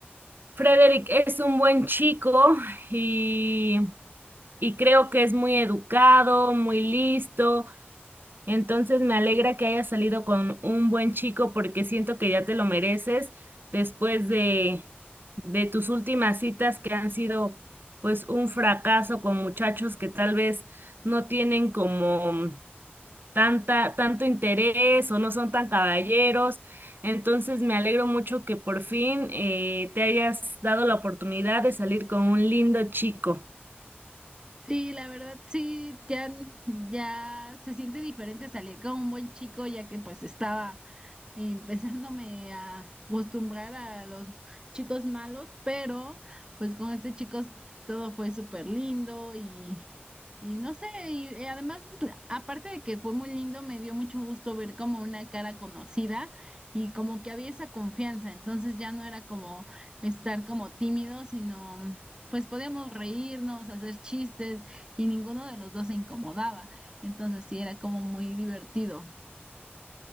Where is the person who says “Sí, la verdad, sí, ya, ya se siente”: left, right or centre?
Right